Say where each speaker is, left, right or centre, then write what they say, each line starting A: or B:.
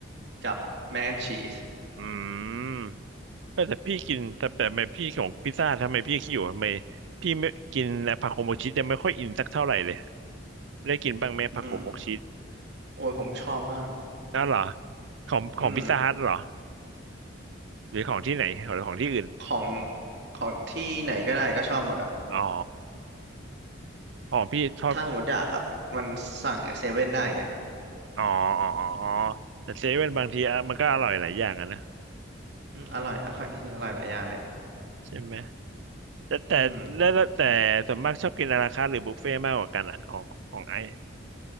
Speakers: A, on the right; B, on the right.
A: กับแมคแอนชีส
B: อืมเออแต่พี่กินแต่แต่ทำไมพี่ของพิซซ่าทำไมพี่ขี้อยู่ทำไมพี่ไม่กินผักโขมกชีสยังไม่ค่อยอินสักเท่าไหร่เลยได้กินบ้างไหมผักโขมกชีส
A: อืมโอ้ยผมชอบมาก
B: อ้าวเหรอของของพิซซ่าฮัทเหรอ
A: อืม
B: หรือของที่ไหนหรือของที่อื่น
A: ของของที่ไหนก็ได้ก็ชอบหมดอะ
B: อ๋อของพี่ชอบ
A: ถ้าสมมติอยากกับมันสั่งจากเซเว่นได้ไง
B: อ๋ออ๋ออ๋ออ๋อแต่เซเว่นบางทีอะมันก็อร่อยหลายอย่างอะนะ
A: อืมอร่อย <laughs> อร่อย <laughs> อร่อยหลายอย่างเลย
B: ใช่ไหมแต่แต่แล้วแล้วแต่ส่วนมากชอบกินอาราคาร์ทหรือบุฟเฟ่ต์มากกว่ากันอะของของไอ
A: อืม